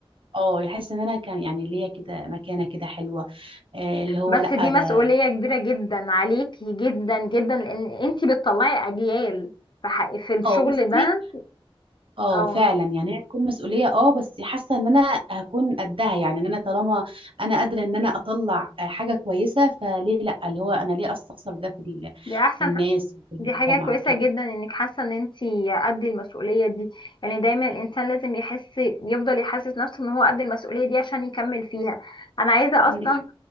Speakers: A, on the right (about 60°); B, on the left (about 50°).
A: اه احس ان انا كان يعني ليا كده مكانه كده حلوه آه اللي هو
B: بس
A: لا
B: دي
A: ده
B: مسؤولية كبيرة جدا عليكي جدا جدا لان انتي بتطلعي اجيال في, ح... في الشغل
A: اه بصي
B: ده
A: اه
B: اه
A: فعلا يعني هي تكون مسؤوليه اه بس حاسه ان انا هكون قدها يعني ان انا طالما انا قادره ان انا اطلع آه، حاجه كويسه فليه لا اللي هو انا ليه استخسر ده في ال...
B: دي احسن
A: في الناس
B: ح-
A: وفي
B: دي
A: المجتمع
B: حاجة كويسة
A: وكده
B: جدا انك حاسة ان انتي قد المسؤولية دي يعني دايما الانسان لازم يحس يفضل يحسس نفسه ان هو قد المسؤولية دي عشان يكمل فيها انا عايزة اصلا
A: عندك حق